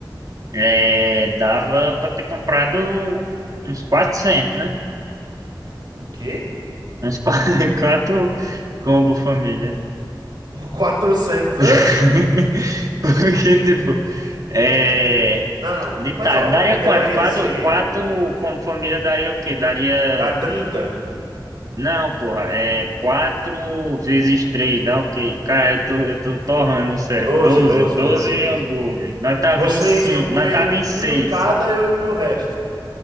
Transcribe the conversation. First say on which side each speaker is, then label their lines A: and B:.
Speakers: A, on the right; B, on the right.
A: É... Dava pra ter comprado uns quatrocentos né?
B: O quê?
A: Uns <laughs> quatro, combo família.
B: <laughs> quatrocentos
A: <laughs>
B: oxe?
A: Porque, tipo, é,
B: Não,
A: de
B: mas
A: ditado,
B: ó,
A: daria
B: o ideal
A: quatro
B: ia
A: Quatro,
B: ser
A: quatro como família daria o quê? Daria.
B: dar trinta
A: Não, porra, é quatro vezes três, dá o quê? Cara, eu tô, eu tô torrando o cérebro.
B: doze
A: Doze,
B: doze
A: doze
B: doze doze
A: hambúrguer. Nós tava
B: Vocês
A: em cinco,
B: iam comer
A: nós tava em seis.
B: um em cada, eu ia comer o resto,